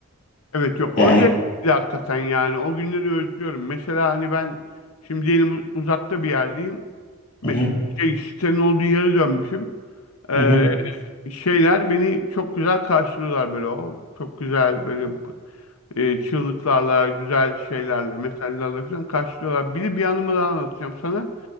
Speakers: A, on the left (about 80°); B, on the left (about 35°).
A: Evet yok
B: Yani
A: o zevkli hakikaten yani. O günleri özlüyorum. Mesela hani ben şimdi diyelim uzakta bir yerdeyim. Me-
B: hı hı,
A: Şey, sitenin olduğu yere dönmüşüm. Ee,
B: hı hı.
A: şeyler beni çok güzel karşılıyorlar böyle o çok güzel böyle e, çığlıklarla güzel şeylerle mesajlarla falan karşılıyorlar. Bir de bir anımı daha anlatacağım sana.